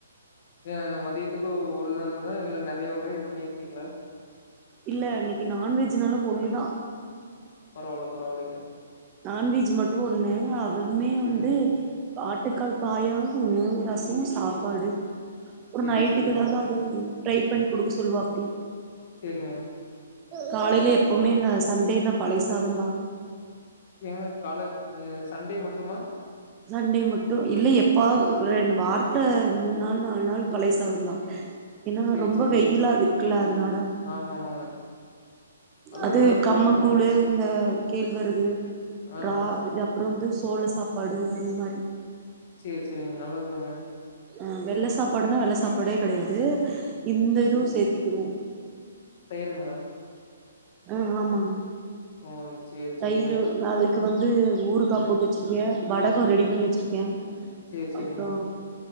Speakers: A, on the left (about 35°); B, on the right (about 15°).
A: எ மதியத்துக்கு உ <unintelligible> இல்ல நெறைய வகைய பண்ணீர்க்கீங்ளா
B: இல்ல இன்னிக்கு நான்வெஜ்னால ஒண்ணுதா
A: பரவால்ல பரவால்லைங்க
B: நான்வெஜ் மட்டு ஒண்ணு அவதுமே
A: சேரிங்க
B: வந்து பாட்டுக்கால் பாயா ஒண்ணு ரசொ சாப்பாடு அப்றொ
A: சேரி
B: நைட்டுக்கெதாது
A: சேரிங்க
B: அது <inaudible> ட்ரை பண்ணி குடுக்க சொல்வாப்டி
A: சேரிங்க
B: காலைல எப்போமே நா சண்டேனா பழைய சாதந்தா
A: ஏங்க கால <unintelligible> சண்டே மட்டுமா
B: சண்டே மட்டு இல்ல எப்பாவது ரெண்டு வார்த மூண் நாள் நால் நாள் பழைய சாதந்தா ஏன்னா
A: சேரி
B: ரொம்ப
A: சேரிங்க
B: வெயிலா இருக்குல்ல அதுனால
A: ஆமா ஆமாங்க அதுவு
B: அது
A: நல்லதுதா
B: கம்மங்கூளு
A: ஒடம்புக்கு
B: இந்த கேழ்வரகு
A: ஆ
B: ரா அப்பறொ வந்து சோழ சாப் பாடு அந்மாரி
A: சேரி சேரிங்க நல்லது தாங்க
B: ஆ வெள்ள சாப்பாடுனா வெள்ள சாப்பாடே கெடையாது இந்திதுவு சேத்தி <unintelligible>
A: தயிருங்ளா
B: அ ஆமாங்
A: ஓ சேரி சேரிங்க
B: தயிரு அதுக்கு வந் வந்து ஊருக்கா போட்டு வச்சுருக்கேன் வடக்கம் ரெடி பண்ணி வச்சுருக்கேன்
A: சேரி சேரிங்க
B: அப்பறோம்